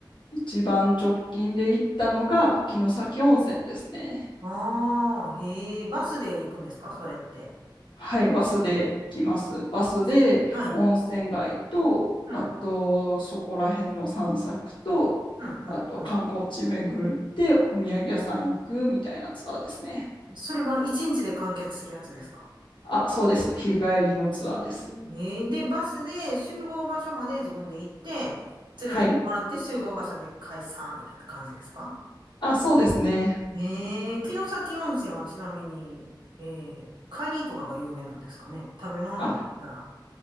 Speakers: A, on the left; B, on the right.
A: 一番直近で行ったのが城崎温泉ですね。
B: ああ、へえ、バスで行くんですかそれって。
A: はい、バスで行きます。バスで温泉街と、
B: えじはい。うん、うん、
A: あとそこら辺の散策と、
B: うん、
A: あと観光地巡ってお土産屋さん行くみたいなツアーですね。
B: うん。それは一日で完結するやつですか
A: あ、そうです。日帰りのツアーです。
B: へえ、へえで、バスで集合場所まで自分で行って、連れてってもらって集合場所で解散みたいな感じですか
A: はい。あ、そうですね。
B: ええ、城崎温泉はちなみに、ええ、カニとかが有名なんですかね食べ物で言ったら。
A: あ、